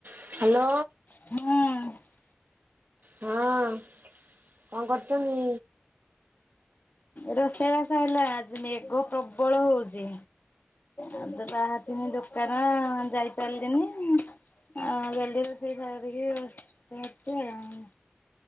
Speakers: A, on the right; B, on the left.
A: Hello.
B: ହୁଁ
A: ହଁ କଣ୍ କରୁଚନି?
B: ରୋଷେଇ ବାସ ହେଲା ଆଜି ମେଘ ପ୍ରବଳ ହଉଚି। ଆଉ ତ ବାହାରିଥିଲି ଦୋକାନ ଯାଇପାଇଲିନି। <unintelligible> ଶାଗ ଟିକେ ଭାତ କରୁଚି ଆଉ।